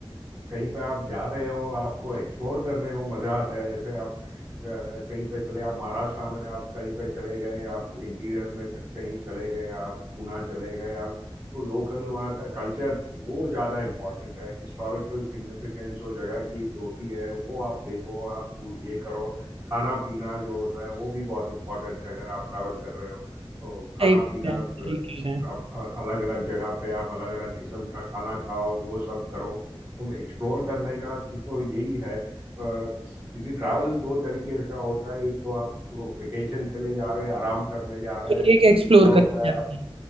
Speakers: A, on the right; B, on the right.
A: कहीं पे आप जा रहे हो आपको एक्सप्लोर करने को मजा आता है जैसे आप कहीं पे चले आप महाराष्ट्र में आप कहीं पे चले गए आप इंटीरियर में कहीं चले गए आप पूना चले गए आप तो लोकल वहाँ का कल्चर वो ज़्यादा इम्पोर्टेंट है हिस्टोरिकल सिग्निफिकेंस जो जगह की होती है वो आप देखो आप ये करो खाना पीना जो होता है वो भी बहुत इम्पोर्टेंट है अगर आप ट्रैवल कर रहे हो तो खाना
B: सही कह
A: पीना
B: रहे हैं
A: प-
B: सही कह रहे हैं
A: आप अलग अलग जगह पे आप अलग अलग किस्म का खाना खाओ वो सब करो तो एक्सप्लोर करने का तो यही है क्योंकि ट्रैवल दो तरीके का होता है एक तो आप वेकेशन के लिए जा रहे हैं आराम करने जा रहे
B: ये
A: हैं
B: एक एक्सप्लोर
A: दूसरा होता
B: करनी
A: है
B: चाहिए
A: आप